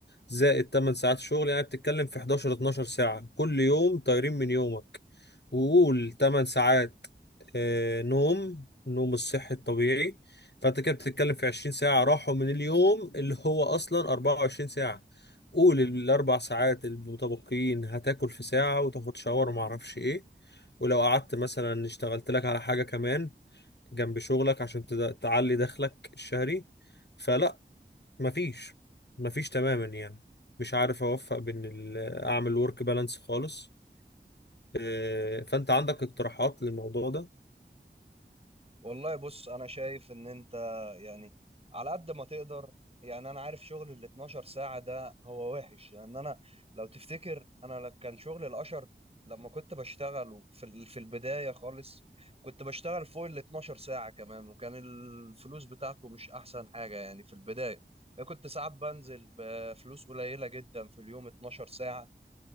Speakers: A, on the left; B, on the right.
A: زائد 8 ساعات شغل يعني بتتكلم في 11 12 ساعة كل يوم طايرين من يومك وقول 8 ساعات آه، نوم النوم الصحي الطبيعي فانت كده بتتكلم في 20 ساعة راحوا من اليوم اللي هو اصلا 24 ساعة قول الاربع ساعات المتبقيين هتاكل في ساعة وتاخد شاور وما اعرفش ايه ولو قعدت مثلا اشتغلت لك على حاجة كمان جنب شغلك عشان تد- تعلي دخلك الشهري فلا مفيش مفيش تماما يعني مش عارف اوفق بين ال- اعمل ورك بالانس خالص آه، فانت عندك اقتراحات للموضوع ده
B: والله بص انا شايف ان انت يعني على قد ما تقدر يعني انا عارف شغل ال 12 ساعة ده هو وحش لان انا لو تفتكر انا ل- كان شغل الاشر لما كنت بشتغله في ال- في البداية خالص كنت بشتغل فوق ال 12 ساعة كمان وكان الفلوس بتاعته مش احسن حاجة يعني في البداية انا كنت ساعات بنزل بفلوس قليلة جدا في اليوم 12 ساعة